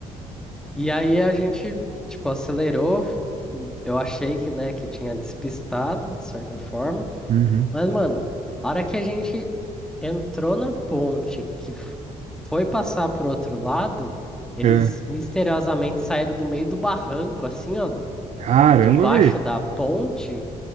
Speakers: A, in the centre; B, on the right (about 50°).
A: E aí a gente, tipo, acelerou. Eu achei que, né, que tinha despistado, de certa forma.
B: Uhum.
A: Mas, mano, a hora que a gente entrou na ponte, que f- foi passar pro outro lado, eles
B: É.
A: misteriosamente saíram do meio do barranco, assim, ó,
B: Caramba,
A: debaixo
B: velho.
A: da ponte